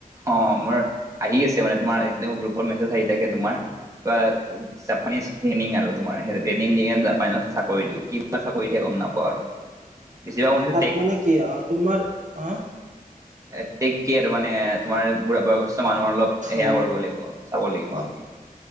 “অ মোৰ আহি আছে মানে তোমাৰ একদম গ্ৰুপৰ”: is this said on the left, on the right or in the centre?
Right